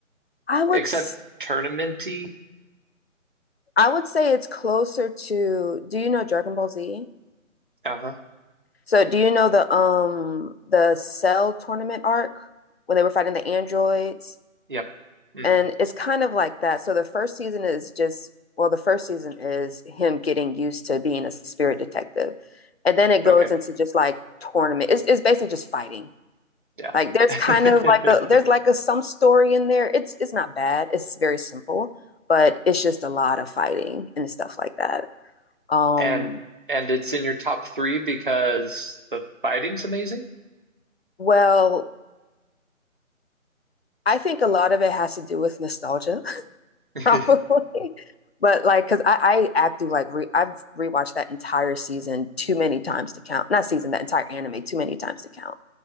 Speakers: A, on the left (about 50°); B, on the right (about 40°).
A: I would
B: except
A: I
B: tournamenty.
A: would say it's closer to do you know Dragon Ball Z?
B: Uh-huh.
A: So do you know the um the Cell tournament arc when they were fighting the androids?
B: Yep. Mm,
A: And it's kind of like that. So the first season is just well, the first season is him getting used to being a spirit detective. And then it goes
B: okay.
A: into just like tournament. It's, it's basically just fighting.
B: Yeah.
A: Like there's
B: <laughs>
A: kind of like a there's like a some story in there. It's it's not bad. It's very simple, but it's just a lot of fighting and stuff like that. Um,
B: And and it's in your top three because the fighting's amazing.
A: well, I think a lot of it has to do with nostalgia, <laughs>
B: <laughs>
A: probably. But like, cause I, I act do like re- I've rewatched that entire season too many times to count. Not season, that entire anime too many times to count.